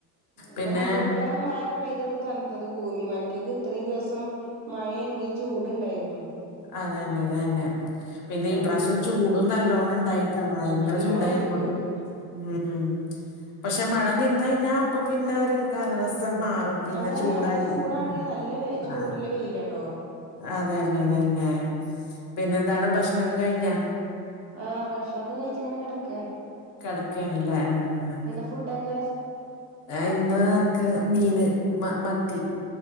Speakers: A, on the right; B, on the left.
A: ഇപ്പം
B: പിന്നെ
A: ഇപ്പളാണ് മയക്ക പെയ്ത് ഒന്ന് തണുത്തത് ഭൂമി മറ്റത് ഇത്രയും ദിവസം മഴ എങ്കി ചൂടുണ്ടായിരുന്നു
B: അതെന്നെ അതെന്നെ പിന്നെ
A: ഇപ്പൊ
B: ഈ പ്രാവശ്യം ചൂടും നല്ലോണംണ്ടായി ട്ടാ ഭയങ്കര
A: നല്ലോണണ്ട്
B: ചൂടായിരുന്നു
A: ചൂട്
B: ഉം പക്ഷെ മഴ നിന്ന് കഴിഞ്ഞാ അപ്പൊ പിന്നെ ഒരു കാലാവസ്ഥ മാറും പിന്നെ
A: അതാണ്
B: ചൂടായി
A: അപ്പൊ ചൂടാണെങ്കി
B: ആഹ്
A: നല്ല ചൂടുള്ള
B: ആഹ്
A: വെയിലാട്ടോ
B: അതെന്നെ അതെന്നെ പിന്നെന്താണ് ഭക്ഷണോക്കെ കഴിഞ്ഞാ?
A: ആഹ് ഭക്ഷണൊക്കെ കഴിച്ചിങ്ങനെ കെടക്കാ
B: കെടക്കാണ്ല്ലേ ആ ആ
A: ഫുഡൊക്കെ
B: <unintelligible> ഇന്ന് അൻക്ക് മീന് മ മത്തി.